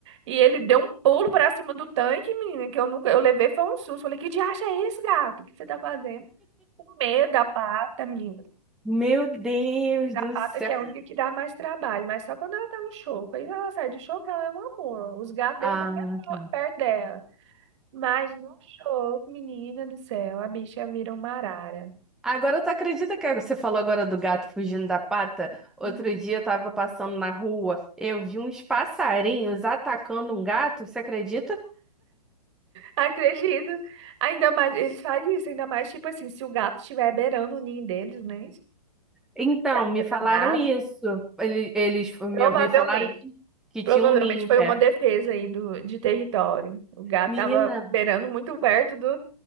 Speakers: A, on the right; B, in the centre.
A: E ele deu um pulo pra cima do tanque, menina, que eu nunca, eu levei foi um susto. Falei, que diacho é isso, gato? O que você tá fazendo? comer da pata, menina.
B: Meu Deus
A: Mas A
B: do
A: pata
B: céu.
A: que é a única que dá mais trabalho, mas só quando ela tá no show. Quando ela sai do show, ela é um amor. Os gatos deitam
B: Ah,
A: até pro-
B: tá.
A: perto dela. Mas no show, menina do céu, a bicha vira uma arara.
B: agora tu acredita que você falou agora do gato fugindo da pata? Outro
A: Hum.
B: dia eu tava passando na rua, eu vi uns passarinhos atacando um gato, você acredita?
A: Acredito. Ainda mais, eles fazem isso, ainda mais tipo assim, se o gato estiver beirando o ninho deles, né?
B: Então,
A: Gato
B: me
A: é
B: falaram
A: danado.
B: isso. Ele- Eles, me,
A: Provavelmente.
B: me falaram que, que
A: Provavelmente
B: tinha um ninho
A: foi
B: perto.
A: uma defesa aí do, de território. O gato
B: Menina,
A: tava beirando muito perto do,